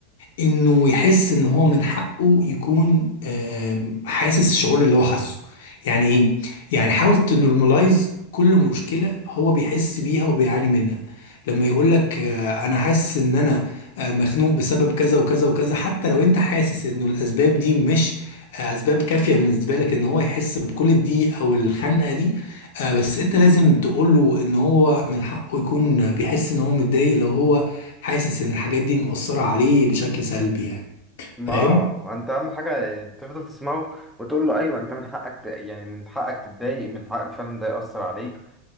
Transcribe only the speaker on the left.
انه يحس ان هو من حقه يكون آم، حاسس الشعور اللي هو حاسه يعني ايه يعني حاول تنورماليز كل مشكله هو بيحس بيها وبيعاني منها لما يقول لك انا حاسس ان انا آه، مخنوق بسبب كذا وكذا وكذا حتى لو انت حاسس انه الاسباب دي مش آه، اسباب كافيه بالنسبه لك ان هو يحس بكل دي او الخنقه دي آه، بس انت لازم تقول له ان هو من حقه يكون بيحس ان هو متضايق لو هو حاسس ان الحاجات دي مؤثرة عليه بشكل سلبي يعني
فاهم